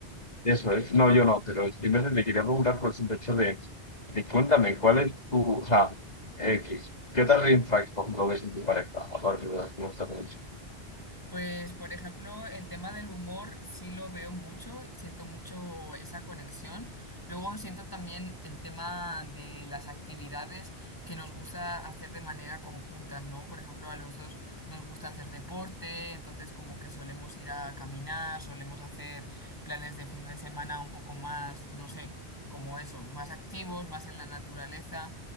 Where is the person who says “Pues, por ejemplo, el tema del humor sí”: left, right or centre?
Left